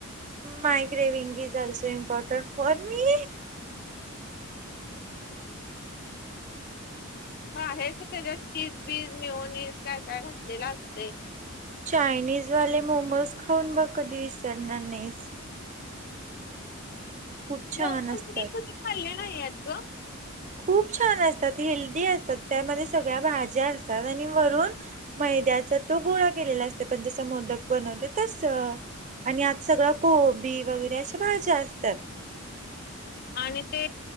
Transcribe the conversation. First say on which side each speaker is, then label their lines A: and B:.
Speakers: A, on the right (about 35°); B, on the left (about 45°).
A: मायक्रेविंग is also important for me.
B: ह हेच त्याच्यात चीज बीज मीयोनीज काय काय घातलेला असते.
A: चायनीज वाले मोमोज खाऊन बघ कधी विसरणार नाहीस. खूप छान
B: मोमोज
A: असतात.
B: मी कधी खाल्ले नाही येत ग?
A: खूप छान असतात, हेल्दी असतात त्यामध्ये सगळ्या भाज्या असतात आणि वरून मैद्याचा तो गोळा केलेला असते आपण जसं मोदक बनवतो तस. आणि आत सगळं कोबी वगैरे अश्या भाज्या असतात.
B: आणि ते